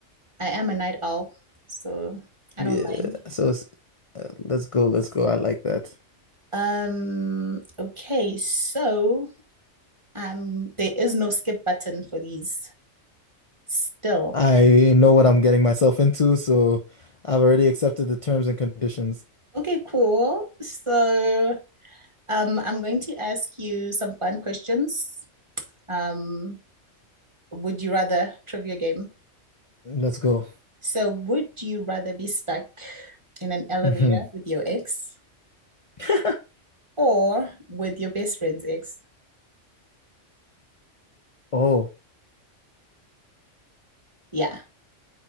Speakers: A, on the right; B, on the left.
A: I am a night owl, so
B: Yeah,
A: I don't mind.
B: so it's- uh, let's go, let's go. I like that.
A: Um, okay, so um there is no skip button for these still.
B: I know what I'm getting myself into, so I've already accepted the terms and conditions.
A: Okay, cool. So um I'm going to ask you some fun questions. Um, would you rather trivia game?
B: Let's go.
A: So, would you rather be stuck in an elevator
B: hmm
A: with your ex
B: <laughs>
A: or with your best friend's ex?
B: Oh,
A: Yeah,